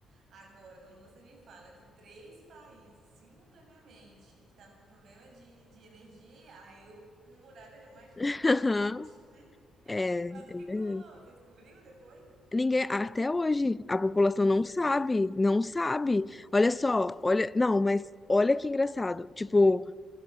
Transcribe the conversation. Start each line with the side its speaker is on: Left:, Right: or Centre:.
Right: Agora, quando você me fala que três países simultaneamente estavam com problema de, de energia, aí eu, um buraco já mais,
Left: <laughs>
Right: já é mais
Left: aham.
Right: embaixo, né?
Left: É,
Right: Mas
Left: é
Right: o que
Left: verdade.
Right: que rolou? Você descobriu depois?
Left: Ninguém, até hoje, a população
Right: Ninguém
Left: não sabe,
Right: sabe.
Left: não sabe. Olha só, olha, não, mas olha que engraçado. Tipo,